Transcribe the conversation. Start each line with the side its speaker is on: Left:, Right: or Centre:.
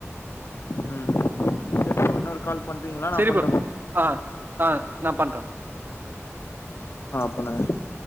Left: உம் ன்னர் கால்
Right: சரிப்பு
Left: நா பண்ட்டுமா
Right: ஆ ஆ நா பண்ற
Left: ஆ பண்ணுங்க